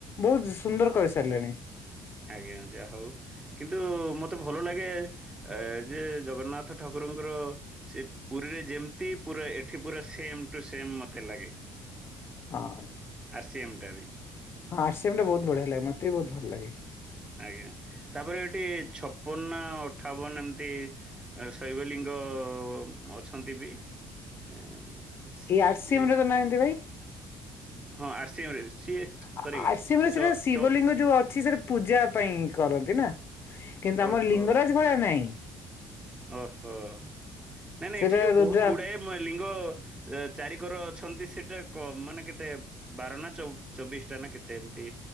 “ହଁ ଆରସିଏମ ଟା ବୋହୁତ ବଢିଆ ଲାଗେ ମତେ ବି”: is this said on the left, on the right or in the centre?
Left